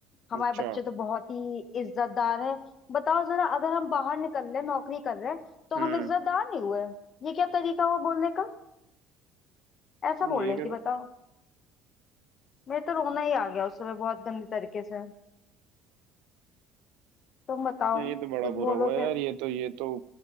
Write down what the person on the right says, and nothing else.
अच्छा
हम्म
ये
कर
यार ये तो बड़ा
बुरा
हुआ यार
ये तो ये तो